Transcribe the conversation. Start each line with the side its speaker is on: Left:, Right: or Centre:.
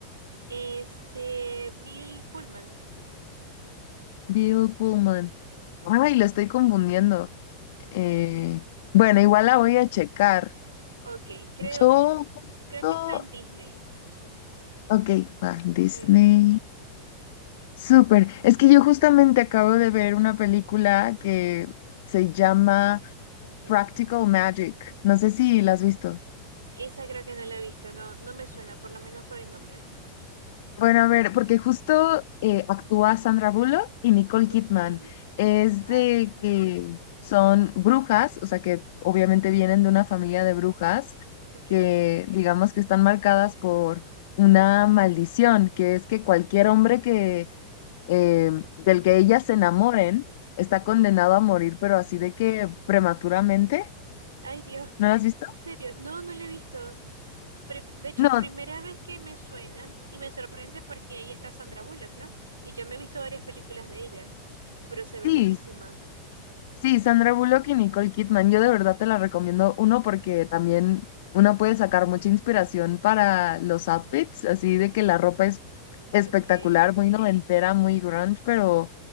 Right: Este, Bill Pullman.
Left: Bill Pullman. Ay, lo estoy confundiendo. Eh, bueno, igual la voy a checar.
Right: Ok, creo,
Left: Yo,
Right: creo
Left: no-
Right: que está en Disney.
Left: ok, va, Disney.
Right: Ok,
Left: Súper. Es que yo justamente acabo de ver una película que se llama
Right: ok.
Left: Practical Magic. No sé si la has visto.
Right: Esa creo que no la he visto, no, no me suena, por lo menos por el nombre.
Left: Bueno, a ver, porque justo eh, actúa Sandra Bullock y Nicole
Right: okay
Left: Kidman. Es
Right: Ah,
Left: de
Right: Ah.
Left: que son brujas, o sea que obviamente vienen de una familia de brujas
Right: ok.
Left: que digamos que están marcadas por una maldición, que es que cualquier hombre que eh, del que
Right: Ujú.
Left: ellas se enamoren, está condenado a morir, pero así de que prematuramente.
Right: Ay, Dios,
Left: ¿No la has visto?
Right: en serio, no, no la he visto. Prim- de hecho,
Left: No,
Right: primera vez que me suena y me sorprende porque ahí está Sandra Bullock, ¿no? Y yo me he visto varias películas de ella, pero se ve
Left: sí,
Right: buenísima.
Left: sí, Sandra Bullock y Nicole Kidman. Yo de verdad te la recomiendo. Uno, porque también uno puede sacar mucha inspiración para los outfits, así de que la ropa es espectacular,
Right: okay
Left: muy noventera, muy grunge, pero